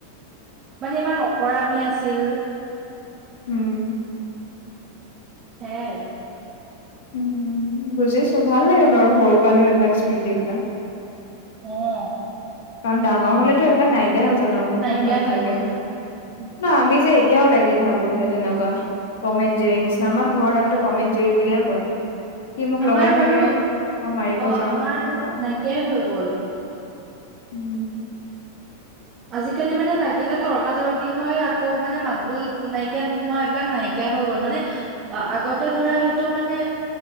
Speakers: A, on the right (about 30°); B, on the left (about 55°).
A: মানে ইমান অকৰামি আছিল।
B: উম।
A: হ আৰু।
B: উম উম বুজিছো ভাল লাগে বাৰু সৰু কালৰ এইবিলাক স্মৃতিবিলাক।
A: আহ।
B: কাৰণ ডাঙৰ হলেটো এইবিলাক নাই। এয়া হৈ জান অকতনো
A: নাইকিয়া
B: ইমান
A: হৈ
B: থাকে
A: গ'ল
B: ন,
A: উম,
B: আমি যে কেতিয়াও লাগি থাবো সেই তেনেকুৱা টমেন জিৰৰি নিচিনা আমাক ঘৰত আগতে টমেন জিৰি বুলিয়ে কয়। সি মোক
A: আমাৰ
B: লগাই
A: বাৰু,
B: থাকে মই মাৰিব
A: অ
B: যাওঁ
A: আমাৰ
B: তেনেকুৱা আৰু
A: নাইকিয়াই হৈ গ'ল।
B: উম
A: আজিকালি মানে লাগিলে তৰ্কাতৰ্কি হয় আকৌ মানে মাতবোল নাইকিয়া নোহোৱা এইবিলাক নাইকিয়া হৈ গল মানে আগতে ধৰা সেইটো মানে